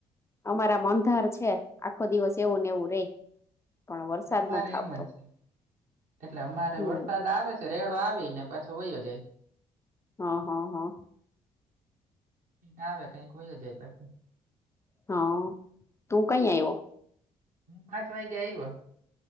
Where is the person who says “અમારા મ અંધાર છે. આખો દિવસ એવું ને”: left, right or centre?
Left